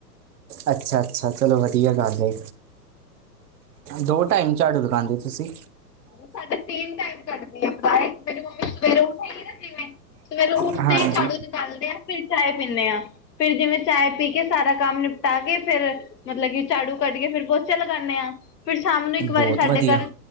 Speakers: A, on the right; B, on the left.
A: ਅੱਛਾ ਅੱਛਾ ਚਲੋ ਵਧੀਆ ਗਲ ਹੈ ਦੋ ਟਾਈਮ ਝਾੜੂ ਲਗਾਦੇ ਹੋ ਤੁਸੀਂ
B: ਸਾਡੇ ਤਿੰਨ ਟਾਈਮ <unintelligible> ਸਵੇਰ ਉੱਠਦੇ
A: ਹਾਂਜੀ
B: ਹੀ ਝਾੜੂ ਨਿਕਾਲਦੇ ਆ ਫਿਰ ਚਾਏ ਪੀਂਦੇ ਹਾਂ ਫਿਰ ਜਿਵੇਂ ਚਾਏ ਪੀ ਕੇ ਸਾਰਾ ਕੰਮ ਨਿਪਟਾ ਕੇ ਫਿਰ ਮਤਲਬ ਕਿ ਝਾੜੂ ਕੱਢ ਕੇ ਫਿਰ ਪੋਚਾ ਲਗਾਉਂਦੇ ਹਾਂ ਫਿਰ ਸ਼ਾਮ ਨੂੰ ਇੱਕ
A: ਬਹੁਤ
B: ਵਾਰੀ ਸਾਡੇ
A: ਵਧੀਆ
B: ਘਰ